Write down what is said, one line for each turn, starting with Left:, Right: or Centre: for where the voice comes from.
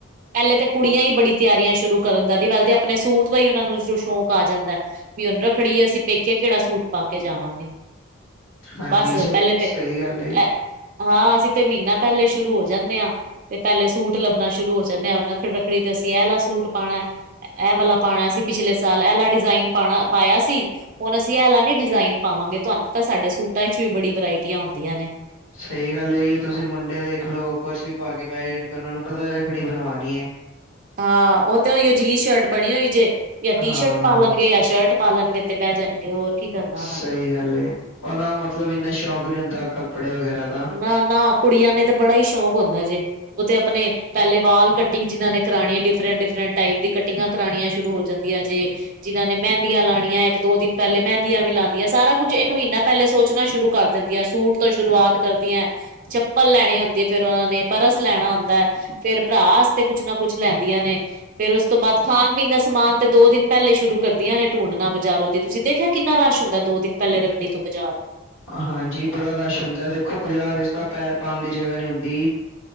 Right: ਪਹਿਲੇ ਤਾਂ, ਕੁੜੀਆਂ ਹੀ ਬੜੀ ਤਿਆਰੀਆਂ ਸ਼ੁਰੂ ਕਰਨ ਦਾ, ਪਹਿਲੇ ਆਪਣੇ ਸੂਟ ਦਾ ਹੀ ਉਹਨਾਂ ਨੂੰ ਸ਼ੌਕ ਆ ਜਾਂਦਾ। ਵੀ ਉਹਨੂੰ ਰੱਖੜੀਏ, ਅਸੀਂ ਪੇਕੇ ਕਿਹੜਾ ਸੂਟ ਪਾ ਕੇ ਜਾਵਾਂਗੇ।
Left: ਹਾਂਜੀ
Right: ਬਸ
Left: ਸ
Right: ਪਹਿਲੇ ਤੇ,
Left: ਸਹੀ ਗੱਲ ਏ
Right: ਅ ਹਾਂ, ਅਸੀਂ ਤੇ ਮਹੀਨਾ ਪਹਿਲੇ ਸ਼ੁਰੂ ਹੋ ਜਾਂਦੇ ਹਾਂ। ਤੇ ਪਹਿਲੇ ਸੂਟ ਲੱਭਣਾ ਸ਼ੁਰੂ ਹੋ ਜਾਂਦੇ, ਹਾਂ ਰੱਖੜ ਰੱਖੜੀ ਤੇ ਅਸੀਆਲਾ ਸੂਟ ਪਾਉਣਾ। ਇਹ ਵਾਲਾ ਪਾਉਣਾ ਸੀ, ਪਿਛਲੇ ਸਾਲ ਇਹ ਵਾਲਾ ਡਿਜ਼ਾਇਨ ਪਾਇਆ ਸੀ। ਹੁਣ ਅਸੀਂ ਇਹਲ ਨੀ ਡਿਜ਼ਾਇਨ ਪਾਵਾਂਗੇ, ਤੁਹਾਨੂੰ ਤਾਂ ਸਾਡੇ ਸੂਟਾਂ 'ਚ ਵੀ ਬੜੀ ਵਰਾਇਟੀਆਂ ਹੁੰਦੀਆਂ ਨੇ,
Left: ਸਹੀ ਗੱਲ ਹੈਗੀ ਹੈ, ਤੁਸੀਂ ਮੁੰਡੇ ਦੇਖ ਲਓ, ਕੁਛ ਵੀ ਪਾ ਕੇ ਬਹਿ ਜਾਣੀ, ਕਿ ਉਹਨਾਂ ਨੂੰ ਪਤਾ ਰੱਖੜੀ ਬਣਵਾਉਣੀ ਏ,
Right: ਹਾਂ ਉਹ ਤੇ ਜਿਗ ਸ਼ਰਟ ਬਣੀ ਹੋਈ ਜੇ, ਜਾਂ ਟੀ
Left: ਹਾਂ
Right: ਸ਼ਰਟ ਪਾ ਲਣਗੇ ਜਾਂ ਸ਼ਰਟ ਪਾ ਲਣਗੇ ਤੇ ਬਹਿ ਜਾਣਗੇ ਹੋਰ ਕੀ ਕਰਨਾ ਉਹਨਾ।
Left: ਸਹੀ ਗੱਲ ਹੈ। ਉਹਨਾਂ ਨੂੰ ਮਤਲਬ ਇੰਨਾ ਸ਼ੌਕ ਨੀ ਹੁੰਦਾ ਕੱਪੜੇ ਵਗੈਰਾ ਦਾ।
Right: ਨਾ, ਨਾ ਕੁੜੀਆਂ ਨੇ ਤੇ ਬੜਾ ਹੀ ਸ਼ੌਕ ਹੁੰਦਾ ਜੇ ਔਤੇ ਅਪਣੇ ਪਹਿਲੇ ਵਾਲ ਕਟਿੰਗ ਜਿਹਨ੍ਹਾਂ ਨੇ ਕਰਾਣੇ ਨੇ ਡਿਫਰੈਂਟ, ਡਿਫਰੈਂਟ ਟਾਈਪ ਦੀ ਕਟਿੰਗਾਂ ਕਰਾਉਣੀਆਂ ਸ਼ੁਰੂ ਹੋ ਜਾਂਦ ਦੀਆਂ ਜੇ। ਜਿਹਨ੍ਹਾਂ ਨੇ ਮੈੰਦੀਆਂ ਲੈਣੀਆਂ, ਇੱਕ- ਦੋ ਦਿਨ ਪਹਿਲੇ ਮੈੰਦੀਆਂ ਵੀ ਲਾਣੀਆ, ਸਾਰਾ ਕੁੱਛ ਇੱਕ ਮਹੀਨਾ ਪਹਿਲੇ ਸੋਚਣਾ ਸ਼ੁਰੂ ਕਰ ਦਿੰਦੀਆਂ, ਸੂਟ ਤੋਂ ਸ਼ੁਰੂਆਤ ਕਰਦੀਆਂ ਚੱਪਲ ਲੈਣੀ ਹੁੰਦੀ ਫਿਰ ਉਹਨਾਂ ਨੇ ਪਰਸ ਲੈਣਾ ਹੁੰਦਾ ਫੇਰ ਭਰਾ ਆਸਤੇ ਕੁੱਛ ਨਾ ਕੁਛ ਲੈਂਦੀਆਂ ਨੇ। ਫੇਰ ਉਸ ਤੋਂ ਬਾਅਦ ਖਾਣ- ਪੀਣ ਦਾ ਸਮਾਨ ਤੇ ਦੋ ਦਿਨ ਪਹਿਲੇ ਸ਼ੁਰੂ ਕਰਦੀਆਂ ਨੇ ਢੂੰਡਣਾ ਬਾਜ਼ਾਰੋ ਦੀ। ਤੁਸੀਂ ਦੇਖਿਆ ਕਿੰਨਾ ਰਸ਼ ਹੁੰਦਾ, ਦੋ ਦਿਨ ਪਹਿਲੇ ਰੱਖੜੀ ਤੋਂ ਬਾਜ਼ਾਰ?
Left: ਹਾਂਜੀ ਬੜਾ ਰਸ਼ ਹੁੰਦਾ ਦੇਖੋ ਬਾਜ਼ਾਰ ਵਿੱਚ ਤਾਂ ਪੈਰ ਪਾਣ ਦੀ ਜਗ੍ਹਾ ਨਹੀਂ ਹੁੰਦੀ।